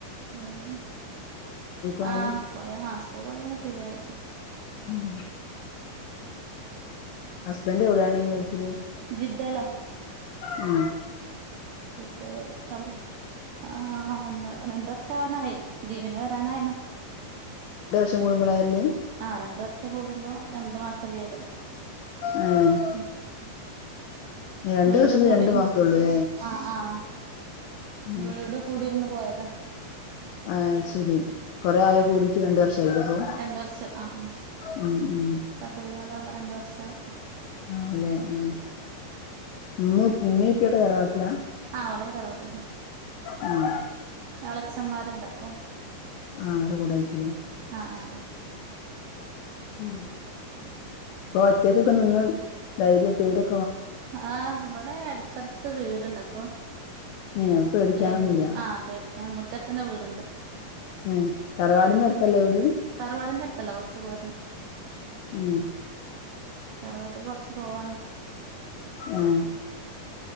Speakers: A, on the right; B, on the left.
A: ഉം
B: പോയാല്
A: ആ പോയ ആ സ്കൂള് പോയ പിന്നെ ഫ്രീയായി
B: ഉം ഹസ്ബൻ്റ് എവിയാണ് ഗൾഫില്
A: ജിദ്ദേല
B: ഉം
A: ഇപ്പ ഞാന് കം ആഹ് ഒന്ന് രണ്ട് വർഷാവാനായി ലീവിന് വരാനായിണ്
B: റ്റം കൂടുമ്പളാ വര്ല്
A: ആഹ് രണ്ട് വർഷം കൂടുമ്പോ രണ്ടു മാസം ലീവ്
B: ഏഹ്
A: ഉം
B: രണ്ട്
A: വീട്
B: വർഷത്തിന്
A: കുടിര്
B: രണ്ട് മാസേ ഉള്ളൂല്ലേ
A: ആഹ് ആഹ്
B: ഉം
A: വീട് കൂടിര്ന്ന് പോയ ദാ
B: ആഹ് ശരി കൊറേ ആയോ കൂടിട്ട് രണ്ട് വർഷ ആയിലെപ്പൊ
A: രണ്ട് വർഷം ആഹ് ഉം
B: ഉം ഉം
A: റബിയുല്ലവ്വലാവുമ്പോ രണ്ട് വർഷം
B: ആലെ ഉം ന്ന് മ്മി പ്പിയൊക്കെ തറവാട്ട്ല
A: ആ ഓലൊക്കെ തറവാട്ട്ല്ല
B: ഉം
A: എളേച്ചമ്മാര്ണ്ട പ്പൊ
B: ആഹ് അരെ കൂടെയിരിക്കുലെ
A: ആഹ് ആഹ്
B: ഉം പ്പൊ ഒറ്റക്കൊക്കെ നിന്ന് ധൈര്യം പേടിയൊ
A: ആഹ് വടെ അട്ത്തട്ത്ത് വീട്ണ്ട് അപ്പൊ
B: ഏഹ് അപ്പൊ പേടിക്കാനൊന്നുല്ല
A: പേടിൽ ആഹ് പേടിക്ക മുറ്റത്തന്നെ വീട്ണ്ട്
B: ഏഹ് തറവാടിന്റെ അടുത്തല്ലേ വീട്
A: തറവാടിന്റെ അട് ത്തല്ല കൊർച്ച് പോരണം
B: ഉം
A: തറവാട്ടിക്ക് കൊർച്ച് പോവാ
B: ആഹ്